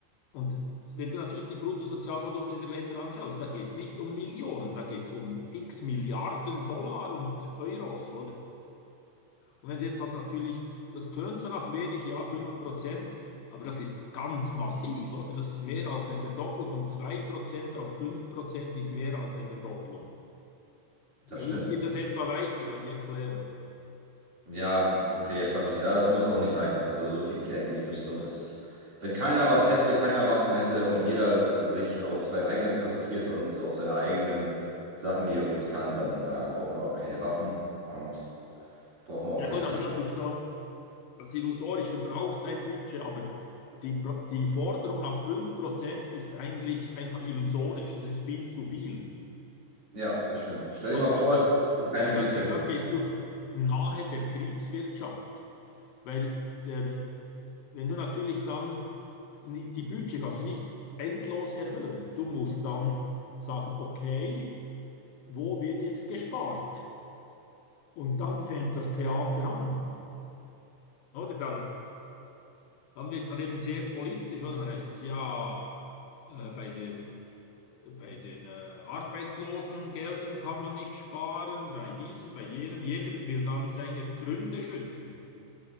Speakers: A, on the left (about 75°); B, on the right (about 35°).
A: und wenn du natürlich die Bruttosozialprodukte der Länder anschaust, da geht es nicht um Millionen, da geht es um x Milliarden Dollar und Euros, oder? Und wenn jetzt das natürlich, das tönt so nach wenig, ja, 5%, aber das ist ganz massiv, oder? Das ist mehr als eine Verdopplung von 2% auf 5% ist mehr als eine Verdopplung.
B: Das
A: Hilft
B: stimmt.
A: dir das etwa weiter, da die Erklärung?
B: Ja, okay, jetzt habe ich es. Ja, das muss auch nicht sein. Also so viel Geld in die Rüstung, das ist. Wenn keiner was hätte, keiner Waffen hätte und jeder sich auf sein eigenes konzentriert und auf seine eigenen Sachen, die er gut kann, dann äh, braucht man auch keine Waffen und braucht man auch
A: Ja
B: keinen
A: gut,
B: Krieg.
A: aber das ist so, das ist illusorisch. Du brauchst ein Budget, aber die, Pro- die Forderung nach 5% ist eigentlich einfach illusorisch. Das ist viel zu viel.
B: Ja, das stimmt. Stell
A: Oder?
B: dir mal vor,
A: Also,
B: es
A: äh,
B: keiner
A: da,
B: geht
A: da,
B: hin.
A: dann bist du nahe der Kriegswirtschaft. Weil der, wenn du natürlich dann ni- die Budget kannst du nicht endlos erhöhen. Du musst dann sagen, okay, wo wird jetzt gespart? Und dann fängt das Theater an. Oder dann, dann wird es dann eben sehr politisch, oder? Dann heißt es ja, äh, bei der, bei den äh, Arbeitslosengeldern kann man nicht sparen, bei diesem, bei jenem. Jeder will dann seine Pfründe schützen.